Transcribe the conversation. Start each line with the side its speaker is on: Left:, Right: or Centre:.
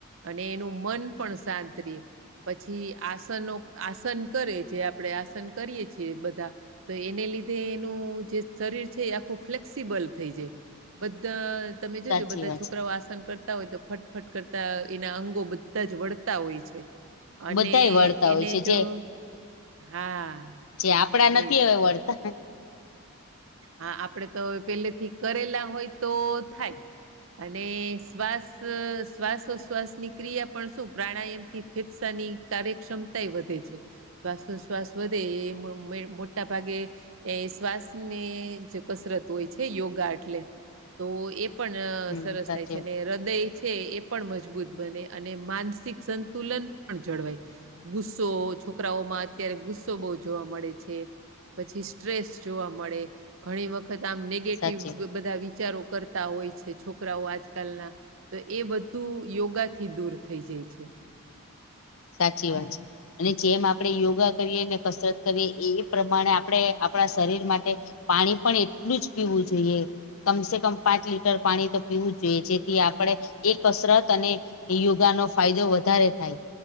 Right: અને એનું મન પણ શાંત રે પછી આસનો આસન કરે જે આપણે આસન કરીએ છીએ બધા તો એને લીધે એનું જે શરીર છે એ આખું ફ્લેક્સિબલ થઈ જાય. બધા તમે
Left: સાચી
Right: જોજો બધા
Left: વાત
Right: છોકરાઓ
Left: છે
Right: આસન કર તા હોય તો ફટફટ કરતા એના અંગો બધા જ વળતાં હોય છે. અને
Left: બધાય વળતા
Right: એને
Left: હોય છે
Right: જો
Left: જે
Right: હા.
Left: જે આપડા
Right: તેજ
Left: નથી હવે વળતાં.
Right: હા, આપડે તો પેલેથી કરેલા હોય તો થાય. અને શ્વાસ શ્વાસોશ્વાસ ની ક્રિયા પણ શું પ્રાણાયામથી ફેફસાની કાર્યક્ષમતાય વધે છે. શ્વાસોશ્વાસ વધે એ મે મોટાભાગે એ શ્વાસ ને જ કસરત હોય છે યોગા એટલે તો એ પણ
Left: હમ
Right: સરસ
Left: સાચી
Right: થાય છે અને હૃદયે છે એ પણ મજબૂત બને. અને માનસિક સંતુલન પણ જળવાય, ગુસ્સો છોકરાઓમાં અત્યારે ગુસ્સો બહુ જોવા મળે છે. પછી સ્ટ્રેસ જોવા મળે ઘણી વખત આમ નેગેટિવ
Left: સાચી
Right: બધાં વિચારો કરતાં હોય છે છોકરાઓ આજકાલના તો એ બધું યોગાથી દૂર થઈ જાય છે.
Left: સાચી વાત છે. અને જેમ આપણે યોગા કરીએ ને કસરત કરીએ એ પ્રમાણે આપણે આપણા શરીર માટે પાણી પણ એટલું જ પીવું જોઈએ. કમસે કમ પાંચ લીટર પાણી તો પીવું જ જોઈએ જેથી આપણેે એ કસરત અને એ યોગાનો ફાયદો વધારે થાય.